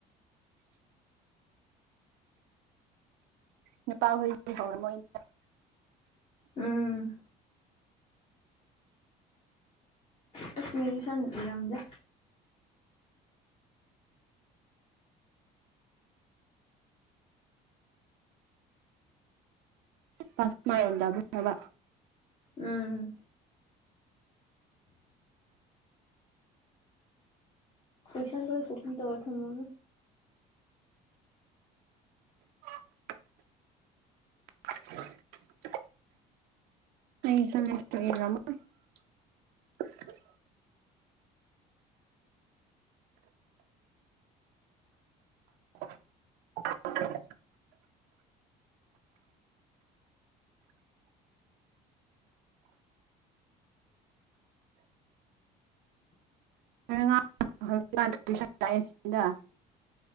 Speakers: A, on the right (about 75°); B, on the left (about 35°).
A: ꯅꯨꯄꯥꯍꯣꯏꯁꯤ ꯍꯧꯔꯝꯃꯣꯏ <inaudible>
B: ꯎꯝ ꯀꯁꯃꯤꯔꯤ ꯁꯟ ꯏꯔꯝꯗꯦ꯫
A: ꯄꯁ ꯃꯥꯛ ꯌꯧꯔꯝꯗ ꯐꯕ꯫
B: ꯎꯝ ꯀꫭꯏꯁꯟ ꯂꫭꯏ ꯀꯣꯄꯤ ꯇꯧꯔ ꯊꯝ <inaudible>
A: <unintelligible> <unintelligible> <inaudible> <unintelligible> ꯃꯉꯥ <inaudible>